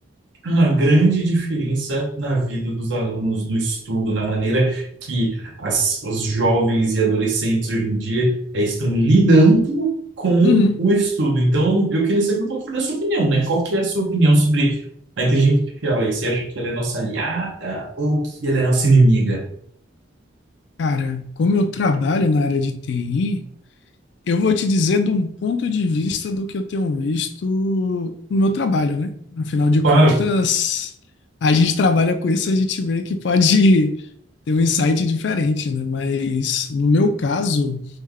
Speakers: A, on the right; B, on the left.
A: uma grande diferença na vida dos alunos, no estudo, na maneira que as, os jovens e adolescentes hoje em dia eh, estão lidando com
B: uhum.
A: o estudo. Então, eu queria saber um pouquinho da sua opinião, né? Qual que é a sua opinião sobre a inteligência artificial aí? Você acha que ela é nossa aliada ou que ela é nossa inimiga?
B: Cara, como eu trabalho na área de TI, eu vou te dizer de um ponto de vista do que eu tenho visto no meu trabalho, né? Afinal de contas,
A: Claro,
B: a gente trabalha com isso, a gente vê que pode <laughs> ter um insight diferente, né? Mas no meu caso,